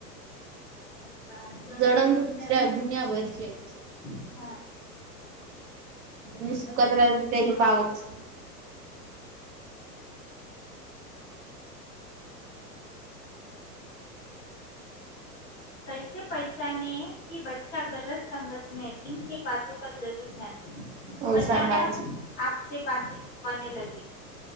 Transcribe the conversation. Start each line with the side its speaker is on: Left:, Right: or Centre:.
Left: असं आहे.
Right: जडण तर दुसऱ्या
Left: अग्नी
Right: दुनिया
Left: हव्याची
Right: वरची आहे दुसर्या
Left: हा. म्हणून
Right: मी सुखात
Left: राहून
Right: राहि
Left: त्याची
Right: त्याली
Left: पावत
Right: पाहतच नाही.
Left: कैसे पैशने की बच्चाा गलत संगत मे ह इन छे बाातो का जरूर ध्यान दे.
Right: हो
Left: अचानक
Right: सांगा
Left: आपसे बाात छिपाने लगे.